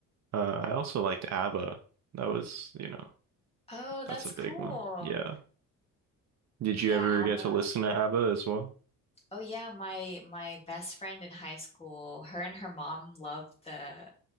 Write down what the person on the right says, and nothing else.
Uh, I also liked ABBA. That was, you know,
that's a big
one. Yeah. Did you
ever
get to listen to ABBA as well?